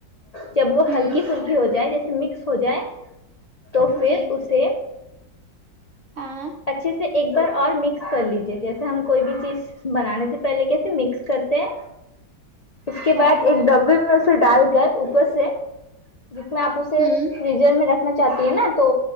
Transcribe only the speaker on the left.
جب وہ
ہلکی پلکی ہو جائے جیسے مکس ہو جائے تو پھر
اسے
اچھے سے ایک بار اور مکس کر لیجے جیسے ہم کوئی بھی چیز بنانے سے پہلے کیسے مکس کرتے ہیں اس کے
بعد
ایک ڈبے میں اسے ڈال کر اوپر سے جس میں آپ اسے
فریزر میں رکھنا چاہتی ہے نا تو